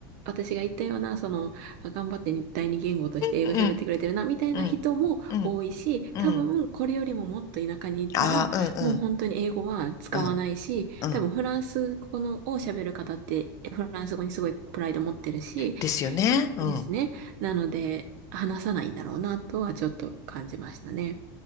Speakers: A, on the right; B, on the left.
A: 私が言ったような、その、あ頑張ってに第二言語として英語喋ってくれてるな、
B: うん、
A: みたいな人も多いし、
B: うん、うん、うん、うん。
A: 多分、これよりももっと田舎に行ったら、
B: ああ、うん、
A: もう本当に英語は使わないし、
B: うん、うん、うん。
A: 多分、フランス語のを喋る方って、フランス語にすごいプライド持ってるし、
B: ですよね。うん。
A: ですね。なので、話さないんだろうな、とはちょっと感じましたね。